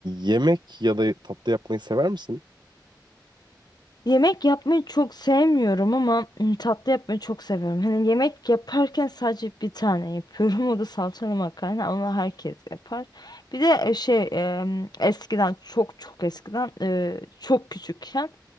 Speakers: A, on the right (about 70°); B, on the left (about 60°).
A: Yemek ya da tatlı yapmayı sever misin?
B: Yemek yapmayı çok sevmiyorum ama ım, tatlı yapmayı çok seviyorum. Hani yemek yaparken sadece bir tane yapıyorum. <laughs> O da salçalı makarna. Onu herkes yapar. Bir de e, şey em, eskiden çok çok eskiden e, çok küçükken